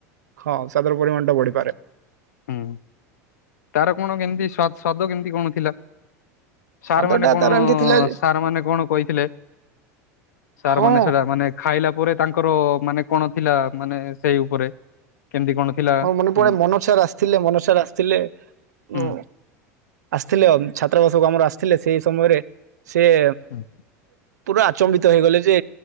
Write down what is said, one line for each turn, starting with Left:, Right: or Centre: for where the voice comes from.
Right: ହଁ ସ୍ୱାଦର ପରିମାଣ ଟା ବଢ଼ିପାରେ।
Left: ହୁଁ ତାର କଣ କେମିତି ସ୍ୱା ସ୍ୱାଦ କେମିତି କଣ ଥିଲା? ସାର୍
Right: ସ୍ୱାଦ
Left: ମାନେ
Right: ଟା
Left: କଣ
Right: ତାର ଏମିତି ଥିଲା ଯେ
Left: ସାର୍ ମାନେ କଣ କହିଥିଲେ ସାର୍
Right: ହଁ
Left: ମାନେ ସେଟା ମାନେ ଖାଇଲା ପରେ ତାଙ୍କର ମାନେ କଣ ଥିଲା ମାନେ ସେଇ ଉପରେ କେମିତି କଣ ଥିଲା
Right: ହଁ ମନେ
Left: ହୁଁ
Right: ପଡେ ମନୋଜ୍ ସାର୍ ଆସିଥିଲେ ମନୋଜ୍ ସାର୍ ଆସିଥିଲେ।
Left: ହୁଁ
Right: ଓଁ। ଆସିଥିଲେ ଛାତ୍ରାବାସକୁ ଆମର ଆସିଥିଲେ ସେଇ ସମୟରେ ସିଏ
Left: ହୁଁ
Right: ପୁରା ଆଚମ୍ବିତ ହେଇଗଲେ ଯେ